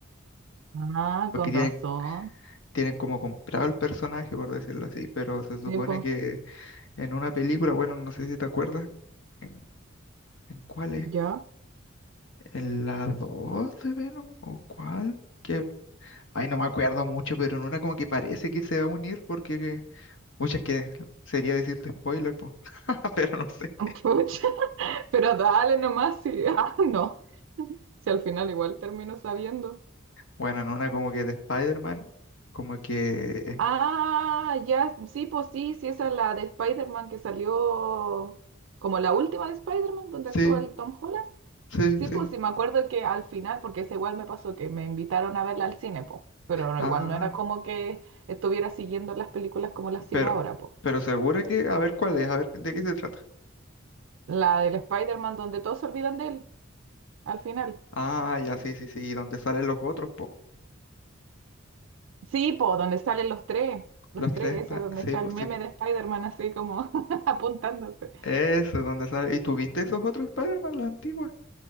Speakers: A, on the right (about 70°); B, on the left (about 65°).
A: Ah,
B: porque
A: con
B: tienen,
A: razón.
B: tienen como comprado el personaje, por decirlo así, pero se supone
A: Sí, pues,
B: que en una película, bueno, no sé si te acuerdas, ¿en, en cuál es?
A: ya.
B: ¿En la 2 de Venom o cuál? Que, ay, no me acuerdo mucho, pero en una como que parece que se va a unir porque, muchas que sería decirte spoiler, pues, <laughs> pero no sé.
A: <laughs> Pero dale nomás, sí. <laughs> Ah, no. Si al final igual termino sabiendo.
B: Bueno, en una como que de Spider-Man, como que,
A: Ah, ya, sí, pues sí, sí, esa es la de Spider-Man que salió como la última de Spider-Man donde
B: sí,
A: actúa el Tom Holland.
B: sí,
A: Sí,
B: sí,
A: pues sí, me acuerdo que al final, porque esa igual me pasó que me invitaron a verla al cine, po. Pero no,
B: ah,
A: igual no era como que estuviera siguiendo las películas como las sigo
B: pero,
A: ahora, po.
B: pero segura que, a ver cuál es, a ver de qué se trata.
A: La del Spider-Man donde todos se olvidan de él, al final.
B: Ah, ya, sí, sí, sí. ¿Y dónde salen los otros, po?
A: Sí, po, donde salen los tres, los
B: Los tres,
A: tres,
B: pa-
A: ese donde
B: sí,
A: está
B: pues,
A: el meme
B: sí, po.
A: de Spider-Man así como <laughs> apuntándose.
B: Eso es donde sale. ¿Y tuviste esos otros Spider-Man, las antiguas?